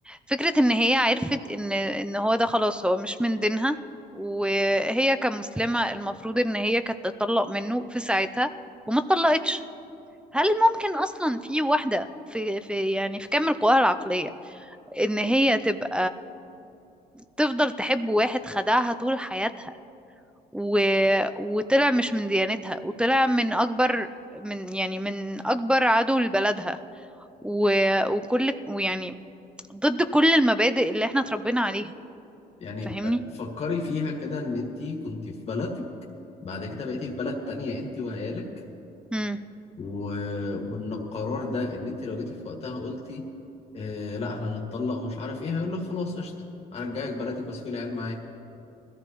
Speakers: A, in the centre; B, on the left.
A: فكرة ان هي عرفت ان ان هو ده خلاص هو مش من دينها وهي كمسلمة المفروض ان هي كانت تطلق منه في ساعتها وما اتطلقتش هل ممكن اصلا في واحدة في في يعني في كامل قواها العقلية ان هي تبقى تفضل تحب واحد خدعها طول حياتها و... وطلع مش من ديانتها وطلع من أكبر من يعني من أكبر عدو لبلدها و... وكل ويعني ضد كل المبادئ اللي احنا اتربينا عليها
B: يعني
A: فاهمني؟
B: آه، فكري فيها كده ان انت كنت في بلدك بعد كده بقيتي في بلد تانية انت وعيالك
A: مم.
B: و... وان القرار ده ان انت لو جيتي في وقتها قلتي آه لا احنا هنتطلق ومش عارف ايه هيقول لك خلاص قشطه هرجعك بلدك واسيب العيال معايا